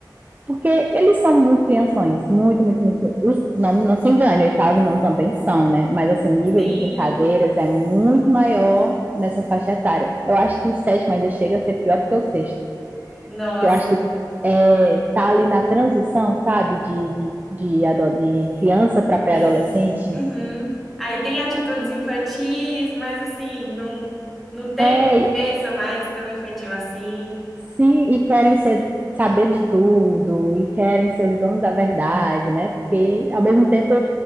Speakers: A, on the right; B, in the centre.
A: porque eles são muito crianções, muito, muito, muito, muito. Os, não, não se engane, oitavo e nono também são, né? Mas assim, o nível
B: Sim.
A: de brincadeiras é muito maior nessa faixa etária. Eu acho que o sétimo ainda chega a ser pior do que o sexto.
B: Nossa.
A: Eu acho que é, tá ali na transição, sabe, de, de, de, de criança para pré-adolescente.
B: Sim. Uhum. Aí tem atitudes infantis, mas assim, não, não tem
A: É,
B: cabeça mais tão infantil assim.
A: Sim, e querem ser, saber de tudo, e querem ser os donos da verdade, né? Porque, ao mesmo tempo,